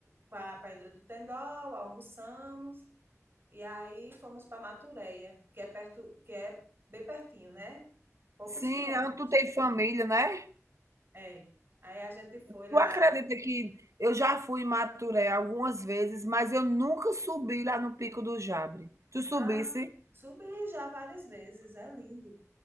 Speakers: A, on the right; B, on the right.
A: para a Pedra do Tendol, almoçamos e aí fomos para Matureia, que é perto, que é bem pertinho, né? Poucos
B: Sim,
A: quilômetros.
B: onde tu tem família, né.
A: É. Aí a gente foi lá.
B: Tu acredita que eu já fui em Maturé algumas vezes, mas eu nunca subi lá no Pico do Jabre. Tu subisse
A: Ah, subi já várias vezes, é lindo.